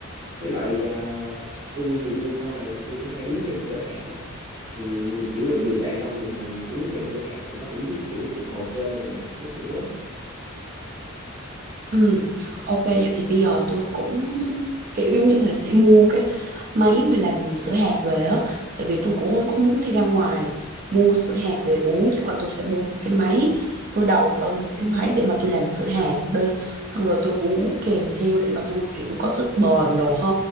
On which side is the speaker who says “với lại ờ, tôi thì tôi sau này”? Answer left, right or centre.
Right